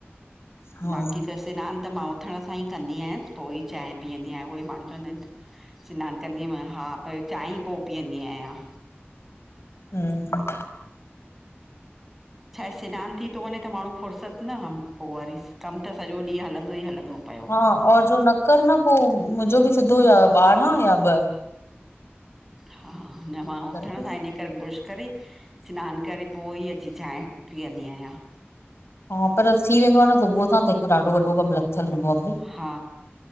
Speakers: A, on the left; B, in the centre.
A: हा
B: बाक़ी त, सिनान न त मां उथण सां ई कंदी आयांस, पो ई चांय पीअंदी आयां, उओई माण्हूं चवंदा एन सिनान कंदी आं, मां च्यो हा, पहिंरों चांय ही पो पीअंदी आयां।
A: हूं
B: छा हे सिनान थी तो वञे त, माण्हूं फुर्सत न, पो वरी कम त सॼो ॾींह हलंदो ई हलंदो पयो।
A: हा, और जो न कर न, पो मुंजो बि सिधो ॿारहां या ॿ।
B: हा, न मां उथण
A: बराबरि।
B: सां इन करे बुर्श करे सिनान करे पो ई, अची चांय पीअंदी आयां।
A: हां, पर थी वेंदो आ न सुबूह सां, त हिक ॾाढो वॾो कम लथल हूंदो आ।
B: हा